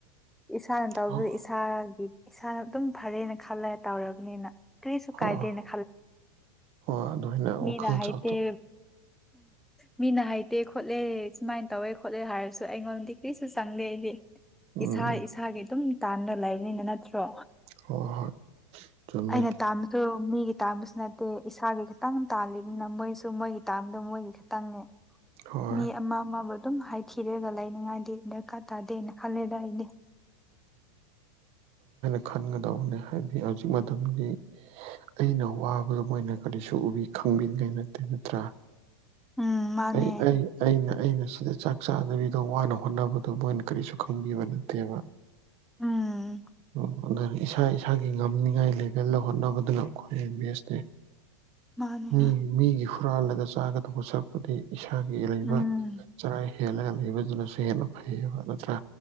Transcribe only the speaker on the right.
ꯍꯣꯏ
ꯍꯣꯏ
ꯍꯣꯏ ꯑꯗꯨꯃꯥꯏꯅ
ꯋꯥꯈꯜ ꯆꯥꯎꯊꯣꯛ
ꯎꯝ
ꯍ ꯍꯣꯏ ꯆꯨꯝꯃꯦ
ꯍꯣꯏ
ꯈꯟꯒꯗꯧꯕꯅꯤ ꯍꯥꯏꯕꯗꯤ ꯍꯧꯖꯤꯛ ꯃꯇꯝꯗꯤ ꯑꯩꯅ ꯋꯥꯕꯗꯨ ꯃꯣꯏꯅ ꯀꯔꯤꯁꯨ ꯎꯕꯤ ꯈꯪꯕꯤꯅꯤꯡꯉꯥꯏ ꯅꯠꯇꯦ ꯅꯠꯇ꯭ꯔꯥ
ꯑꯩ ꯑꯩ ꯑꯩꯅ ꯑꯩꯅ ꯁꯤꯗ ꯆꯥꯛ ꯆꯥꯗꯕꯤꯗꯣ ꯋꯥꯅ ꯍꯣꯠꯅꯕꯗꯣ ꯃꯣꯏꯅ ꯀꯔꯤꯁꯨ ꯈꯪꯕꯤꯕ ꯅꯠꯇꯦꯕ
ꯑꯣꯔ ꯏꯁꯥ ꯏꯁꯥꯒꯤ ꯉꯝꯅꯤꯉꯥꯏ ꯂꯩꯦꯕꯦꯜꯗ ꯍꯣꯠꯅꯕꯗꯨꯅ ꯈ꯭ꯋꯥꯏꯩ ꯕꯦꯁꯅꯤ
ꯃꯤ
ꯃꯤꯒꯤ ꯍꯨꯔꯥꯜꯂꯒ ꯆꯥꯒ ꯊꯣꯡꯕ ꯁꯛꯄꯗꯤ ꯏꯁꯥꯒꯤ ꯂꯩꯕ
ꯆꯔꯥ ꯍꯦꯜꯂꯒ ꯂꯩꯕꯗꯨꯅꯁꯨ ꯍꯦꯟꯅ ꯐꯩ ꯅꯠꯇ꯭ꯔꯥ